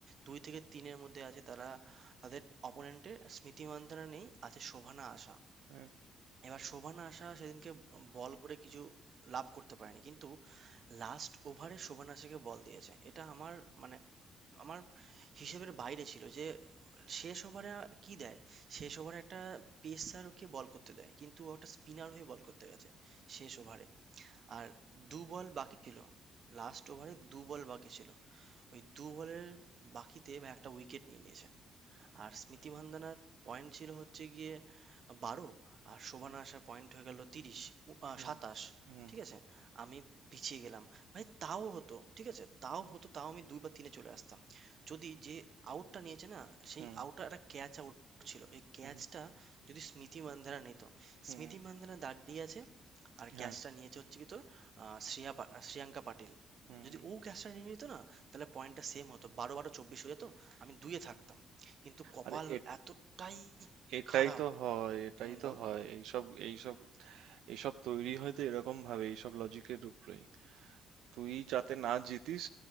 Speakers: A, on the right (about 55°); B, on the right (about 85°).
A: দুই থেকে তিনের মধ্যে আছে তারা তাদের অপোনেন্টের স্মৃতি মান্ধানা নেই আছে শোভনা আশা
B: হ্যাঁ
A: এবার শোভন আশা সেদিনকে বল করে কিছু লাভ করতে পারেনি কিন্তু লাস্ট ওভারে শোভন আশাকে বল দিয়েছে এটা আমার মানে আমার হিসেবের বাইরে ছিল যে শেষ ওভারে কি দেয় শেষ ওভারে একটা পেসারকে বল করতে দেয় কিন্তু ও একটা স্পিনার হয়ে বল করতে গেছে শেষ ওভারে আর দু বল বাকি ছিল লাস্ট ওভারে দু বল বাকি ছিল ওই দু বলের বাকিতে ভাই একটা উইকেট নিয়ে নিয়েছে আর স্মৃতি মান্দানার পয়েন্ট ছিল হচ্ছে গিয়ে বারো আর শোভনা আসার পয়েন্ট হয়ে গেল তিরিশ
B: হুম
A: সাতাশ
B: হুম
A: ঠিক আছে আমি পিছিয়ে গেলাম ভাই তাও হতো ঠিক আছে তাও হতো তাও আমি দুই বা তিনে চলে আসতাম যদি যে আউটটা নিয়েছে না সেই
B: হুম
A: আউটটা একটা ক্যাচ আউট ছিল ওই ক্যাচটা
B: হুম
A: যদি স্মৃতি মান্ধানা নিত
B: হুম
A: স্মৃতি মান্ধানা দাঁড়িয়ে আছে আর
B: হ্যাঁ
A: ক্যাচটা নিয়েছে হচ্ছে কি তোর আহ, শ্রেয়া পা- শ্রেয়াঙ্কা পাটিল
B: হুম
A: যদি ও ক্যাচটা নিয়ে নিত না তাহলে পয়েন্টটা সেম হতো বারো বারো চব্বিশ হয়ে যেত আমি দুইয়ে থাকতাম কিন্তু কপাল
B: আরে এ
A: এতটাই
B: এটাই
A: খারাপ
B: তো হয় এটাই
A: হুম
B: তো
A: বল
B: হয় এইসব এইসব এইসব তৈরি হয় তো এরকম ভাবে এইসব লজিকের উপরেই তুই যাতে না জিতিস